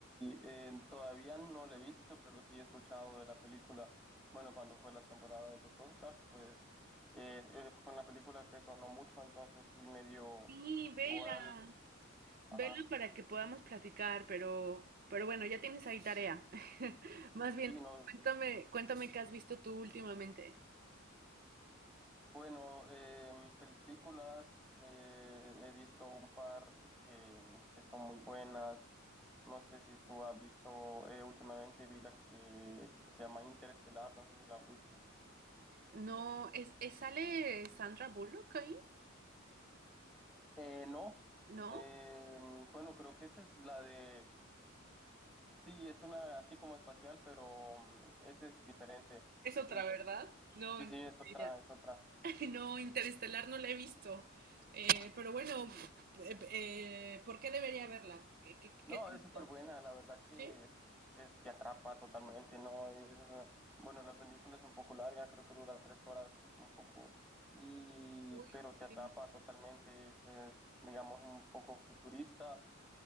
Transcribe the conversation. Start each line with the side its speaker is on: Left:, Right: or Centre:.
Centre: eh, todavía no la he visto, pero sí he escuchado de la película. Bueno, cuando fue la temporada de los Oscars, pues eh, eh, fue una película que sonó mucho, entonces sí me dio
Right: Sí, vela,
Centre: igual.
Right: vela
Centre: Ajá,
Right: para que podamos platicar, pero, pero bueno, ya tienes ahí tarea. <laughs> Más bien,
Centre: sí, no.
Right: cuéntame, cuéntame qué has visto tú últimamente.
Centre: Bueno, eh, películas, eh, he visto un par que, que son muy buenas. No sé si tú has visto, eh, últimamente vi la que, que se llama Interestelar, no sé si la has visto.
Right: No, es, es- ¿sale Sandra Bullock ahí?
Centre: Eh, no.
Right: ¿No?
Centre: Eh, bueno, creo que esa es la de... Sí, es una así como espacial, pero mm, esa es diferente.
Right: Es
Centre: Sí,
Right: otra,
Centre: sí.
Right: ¿verdad? No,
Centre: Sí,
Right: no,
Centre: sí, es otra,
Right: sí, ya.
Centre: es otra.
Right: <laughs> No, Interestelar no la he visto. Eh, pero bueno, eh, eh, ¿por qué debería verla? Eh, ¿Qué,
Centre: No,
Right: qué te
Centre: es
Right: hizo?
Centre: súper buena, la verdad que
Right: ¿Sí?
Centre: es, es- te atrapa totalmente, ¿no? Es, bueno, la película es un poco larga, creo que dura tres horas, un poco, y,
Right: Uy,
Centre: pero te atrapa
Right: sí.
Centre: totalmente, es, es, digamos, un poco futurista,